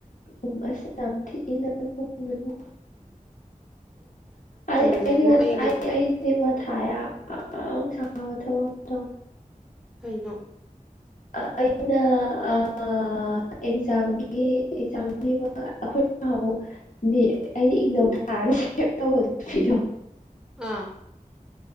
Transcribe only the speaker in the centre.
ꯇꯜꯂꯦꯉꯣ
ꯑꯩꯅꯦ
ꯀꯩꯅꯣ
ꯑꯥ